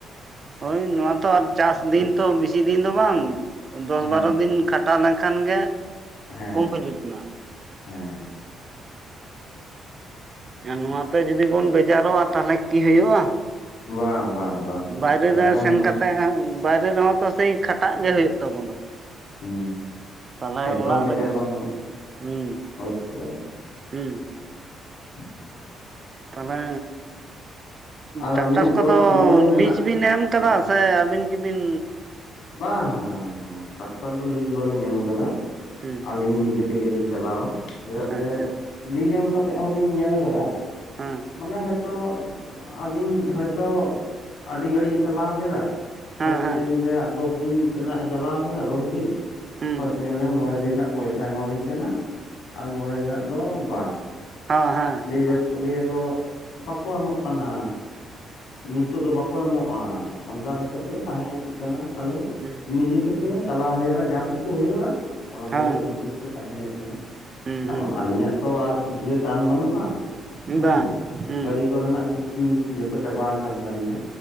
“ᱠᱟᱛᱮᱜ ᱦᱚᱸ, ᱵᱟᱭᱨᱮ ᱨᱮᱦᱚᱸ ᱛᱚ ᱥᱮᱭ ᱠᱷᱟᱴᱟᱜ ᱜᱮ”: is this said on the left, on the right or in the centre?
Right